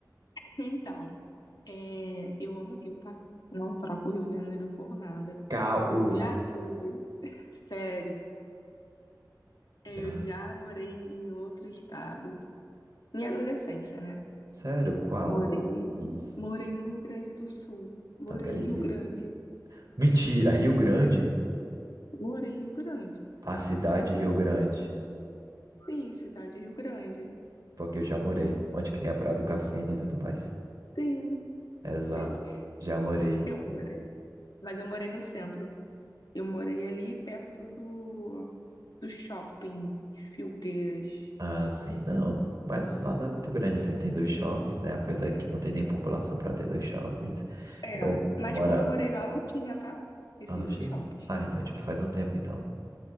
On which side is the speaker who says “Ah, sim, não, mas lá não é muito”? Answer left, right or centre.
Right